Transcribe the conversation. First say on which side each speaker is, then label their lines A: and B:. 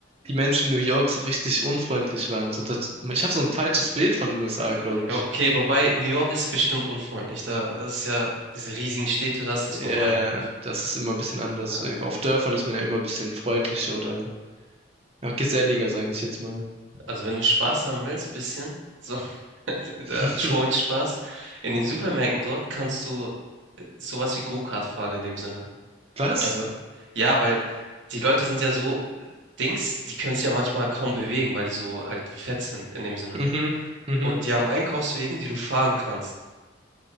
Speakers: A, on the right; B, on the right.
A: die Menschen in New York so richtig unfreundlich waren. So das, ich habe so ein falsches Bild von USA, glaube
B: Ja,
A: ich.
B: okay, wobei New York ist bestimmt unfreundlich. Da ist ja diese riesigen Städte, da ist
A: Äh,
B: das normal, glaube ich.
A: das ist immer ein bisschen anders.
B: Ja,
A: Auf Dörfern ist man ja immer ein bisschen freundlicher oder ja, geselliger, sage ich jetzt mal.
B: Also wenn du Spaß haben willst, bisschen, so <laughs>
A: <laughs>
B: als schon Spaß, in den Supermärkten dort kannst du äh, sowas wie Go-Kart fahren in dem Sinne.
A: Was?
B: Also ja, weil die Leute sind ja so äh, Dings, die können sich ja manchmal kaum bewegen, weil die so halt fett sind in dem Sinne.
A: Mhm, mhm.
B: Und die haben Einkaufswegen, die du fahren kannst.